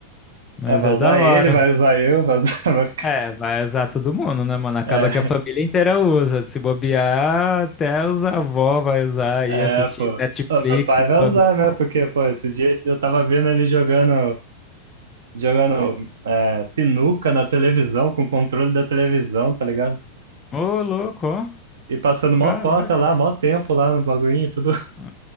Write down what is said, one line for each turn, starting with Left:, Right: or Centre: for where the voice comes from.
Left: Mas
Right: É, vai
Left: é
Right: usar
Left: da hora.
Right: ele, vai usar eu, vai, usar- <laughs> vai ficar.
Left: É, vai usar todo mundo, né, mano? Acaba
Right: É,
Left: que a família inteira usa. Se bobear, até os avós vai usar aí,
Right: é,
Left: assistir
Right: pô.
Left: Netflix,
Right: Ô, meu pai
Left: os
Right: vai
Left: bagulho.
Right: usar, né? Porque, pô, esse dia eu tava vendo ele jogando, jogando é, sinuca na televisão, com o controle da televisão, tá ligado?
Left: Ô, louco, ó.
Right: E passando mó
Left: Caraca.
Right: cota lá, mó tempo lá no bagulhinho, tudo. <laughs>
Left: ó,